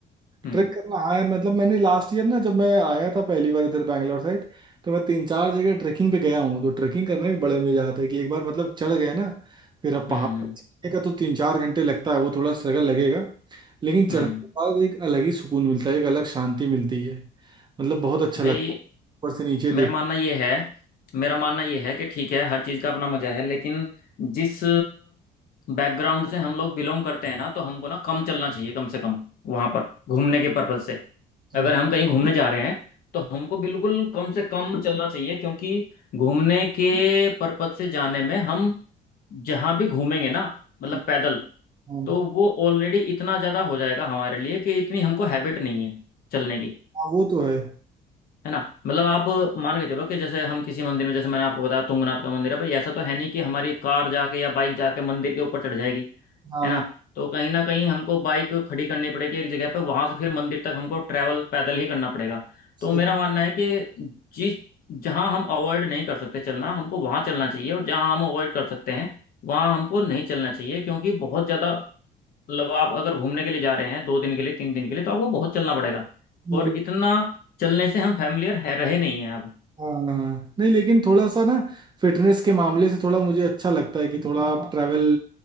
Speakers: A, on the left; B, on the right.
A: हम्म
B: ट्रिक करना आया मतलब मैंने लास्ट ईयर ना जब मैं आया था पहली बार इधर बैंगलोर साइड तो मैं तीन चार जगह ट्रेकिंग पे गया हूँ तो ट्रेकिंग करने में बड़े मजा आता है कि एक बार मतलब चढ़ गए ना फिर अब
A: हम्म
B: पहाड़
A: हम्म
B: पर चढ़ने का तो तीन चार घंटे लगता है वो थोड़ा स्ट्रगल लगेगा लेकिन चढ़ने
A: हम्म।
B: के बाद एक अलग ही सुकून मिलता है एक अलग शांति मिलती है मतलब बहुत अच्छा
A: भाई
B: लगता है ऊपर से नीचे देख
A: मेरा मानना ये है मेरा मानना ये है कि ठीक है हर चीज़ का अपना मजा है लेकिन जिस बैकग्राउंड से हम लोग बिलोंग करते हैं ना तो हमको ना कम चलना चाहिए कम से कम वहां पर घूमने के पर्पज से
B: हाँ,
A: अगर हम कहीं घूमने जा रहे हैं तो हमको बिल्कुल कम से कम चलना चाहिए क्योंकि घूमने के पर्पज से जाने में हम जहां भी घूमेंगे ना मतलब
B: हाँ,
A: पैदल
B: हाँ,
A: तो वो ऑलरेडी इतना ज़्यादा हो जाएगा हमारे लिए कि इतनी हमको हैबिट नहीं है चलने की
B: हाँ, वो तो है
A: है ना मतलब आप मान के चलो कि जैसे हम किसी मंदिर में जैसे मैंने आपको बताया तुंगनाथ का मंदिर है भाई ऐसा तो है नहीं कि हमारी कार जाके या बाइक जाके मंदिर के ऊपर चढ़ जाएगी
B: हाँ
A: है ना तो कहीं ना कहीं हमको बाइक खड़ी करनी पड़ेगी एक जगह पर वहां से फिर मंदिर तक हमको ट्रैवल पैदल ही करना पड़ेगा तो
B: सही,
A: मेरा मानना है कि जिस जहां हम अवॉइड नहीं कर सकते चलना हमको वहां चलना चाहिए और जहां हम अवॉइड कर सकते हैं वहां हमको नहीं चलना चाहिए क्योंकि बहुत ज्यादा मतलब आप अगर घूमने के लिए जा रहे हैं दो दिन के लिए तीन दिन के लिए तो आपको बहुत चलना पड़ेगा
B: हाँ,
A: और इतना चलने से हम फैमिलियर है रहे नहीं हैं अब
B: हाँ, नहीं लेकिन थोड़ा सा ना फिटनेस के मामले से थोड़ा मुझे अच्छा लगता है कि थोड़ा आप ट्रैवल